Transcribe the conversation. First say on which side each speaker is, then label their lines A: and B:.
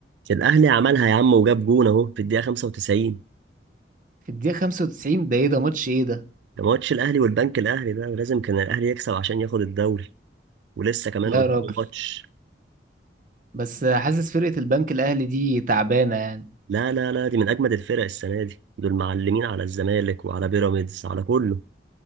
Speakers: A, on the right; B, on the right.
A: كان الاهلي عملها يا عم وجاب جون اهو في الدقيقه 95
B: في الدقيقة 95 ده ايه ده ماتش ايه ده
A: ده ماتش الاهلي والبنك الاهلي ده لازم كان الاهلي يكسب عشان ياخد الدوري ولسه كمان
B: لا
A: قدامه
B: يا راجل
A: ماتش
B: بس حاسس فرقة البنك الأهلي دي تعبانة يعني
A: لا لا لا دي من اجمد الفرق السنه دي دول معلمين على الزمالك وعلى بيراميدز على كله